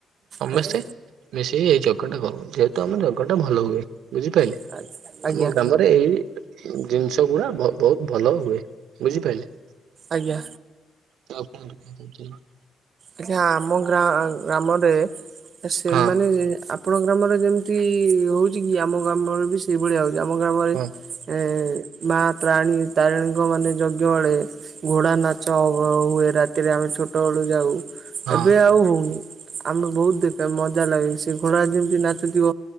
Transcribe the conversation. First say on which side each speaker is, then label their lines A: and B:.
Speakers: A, on the right (about 80°); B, on the right (about 50°).
A: ସମସ୍ତେ
B: ଆଜ୍ଞା
A: ମିଶିକି ଏଇ ଯଜ୍ଞ ଟା କରୁ ଯେହେତୁ ଆମ ଯଜ୍ଞ ଟା ଭଲ ହୁଏ ବୁଝିପାଇଲେ।
B: ଆଜ୍ଞା
A: ଆମ
B: ଆଜ୍ଞା
A: ଗ୍ରାମରେ ଏଇ ଜିନିଷ ଗୁଡା ବହ ବହୁତ ଭଲ ହୁଏ ବୁଝିପାଇଲେ।
B: ଆଜ୍ଞା।
A: <inaudible>
B: ଆଜ୍ଞା ଆମ ଗ୍ରା ଗ୍ରାମରେ ଅ ସେମାନେ
A: ହଁ
B: ଯ ଆ ପଣ ଗ୍ରାମରେ ଯେମିତି ହୋଉଛି କି ଆମ ଗ୍ରାମରେ ବି ସେ ଇଭଳିଆ ହେଉଛି ଆମ ଗ୍ରାମରେ
A: ହଁ
B: ଏଁ ମା ତ୍ରାଣୀ ତାରିଣୀଙ୍କ ମାନେ ଯଜ୍ଞ ବେଳେ ଘୋଡା ନାଚ ହବ ହୁଏ ରାତିରେ ଆମେ ଛୋଟ ବେଳୁ ଯାଉ
A: ହଁ
B: ଏବେ ଆଉ ହଉନି। ଆମ ବହୁତ ଦେଖା ମଜା ଲାଗେ ସେ ଘୋଡା ଯେମିତି ନାଚୁଥିବ